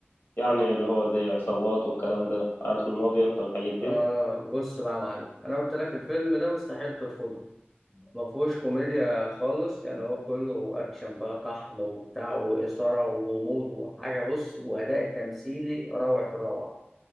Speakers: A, on the left; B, in the centre.
A: يعني اللي هو زي عصابات والكلام ده عارف المافيا انت والحاجات
B: اه
A: دي
B: بص بقى يا معلم انا قلت لك الفيلم ده مستحيل ترفضه ما فيهوش كوميديا خالص يعني هو كله اكشن بقى طحن وبتاع واثاره وغموض وحاجه بص واداء تمثيلي روعه الروعه